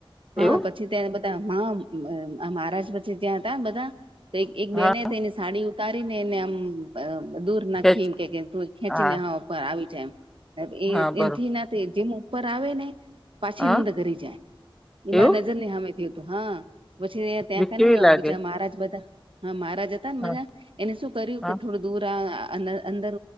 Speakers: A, on the right (about 65°); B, in the centre.
A: હા
B: એવું
A: પી પછી ત્યાં બધા માં મહારાજ પછી ત્યાં હતાને બધા તો એક બેને
B: હા
A: તેની સાડી ઉતારી ને એને આમ દૂર
B: ખેચ
A: ખીમ કે ખેંચીને
B: હા
A: ઉપર આવી જાય એમ
B: હા બરોબર
A: એથી ના જેમ ઉપર આવે ને પાછી
B: હા
A: નંદ ગરી જાય <unintelligible>
B: એવું
A: હમે થય હતું હા પછી ત્યાં
B: બી
A: ક
B: કેવી
A: ન
B: લાગે
A: બીજા મહારાજ બધા હા મહારાજ જતા ને
B: હા
A: બધા એને શું કર્યું
B: હા
A: કે થોડું દૂર અંદર